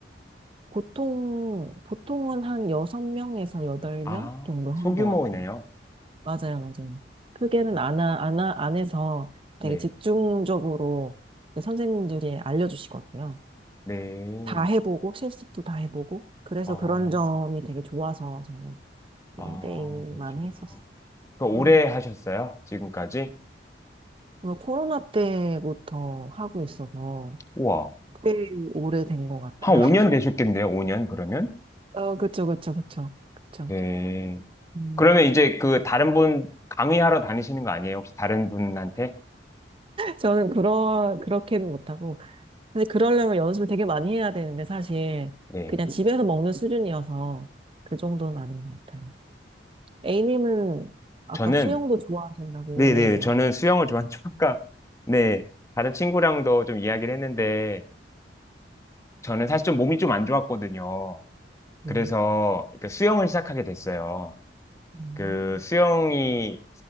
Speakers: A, on the right; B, on the left.
A: 보통, 보통은 한 6명에서 8명
B: 아,
A: 정도 하는
B: 소규모이네요.
A: 것 같아요. 맞아요, 맞아요. 크게는
B: 아,
A: 안, 하- 안, 하- 안 해서 되게
B: 네.
A: 집중적으로 선생님들이 알려주시거든요.
B: 네.
A: 다 해보고, 실습도 다 해보고. 그래서
B: 아,
A: 그런 점이 되게 좋아서 저는 원데이만
B: 아, 그러시구나.
A: 했었어요.
B: 그 오래
A: 네.
B: 하셨어요? 지금까지?
A: 오늘 코로나 때부터 하고 있어서
B: 우와.
A: 꽤 오래된 것 같아요.
B: 한 5년
A: <laughs>
B: 되셨겠네요, 5년 그러면?
A: 어, 그쵸, 그쵸, 그쵸. 그쵸.
B: 네.
A: 음.
B: 그러면 이제 그 다른 분 강의하러 다니시는 거 아니에요? 혹시 다른 분한테?
A: 저는 그런 그렇게는 못하고 근데 그러려면 연습을 되게 많이 해야 되는데 사실
B: 네.
A: 그냥 집에서 먹는 수준이어서 그 정도는 아닌 것 같아요. A님은 아까
B: 저는
A: 수영도 좋아하신다고
B: 네네.
A: 네네.
B: 저는 수영을 좋아하죠. 아까, 네. 다른 친구랑도 좀 이야기를 했는데, 저는 사실 좀 몸이 좀 안 좋았거든요. 그래서
A: 음.
B: 그러니까 수영을 시작하게 됐어요.
A: 음.
B: 그 수영이,